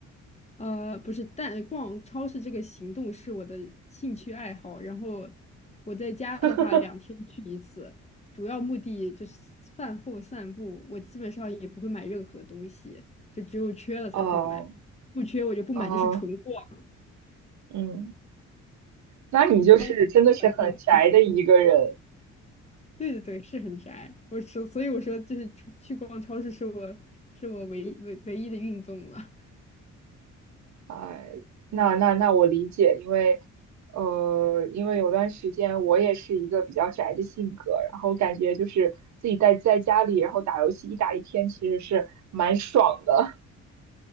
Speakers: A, on the left; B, on the right.
A: 呃，不是，但逛超市这个行动是我的兴趣爱好。然后我在家的话，
B: <laughs>
A: 两天去一次，主要目的就是饭后散步。我基本上也不会买任何东西，就只有缺了才会买，
B: 哦，
A: 不缺我就不买，
B: 哦，
A: 就是纯逛，
B: 嗯，那你就是真的是很宅的一个人，
A: 就是单纯纯逛超市。对对对，是很宅。我说，所以我说，就是出去逛超市是我是我唯一唯唯一的运动了。
B: 哎，那那那我理解，因为，呃，因为有段时间我也是一个比较宅的性格，然后感觉就是自己在在家里，然后打游戏一打一天，其实是蛮爽的。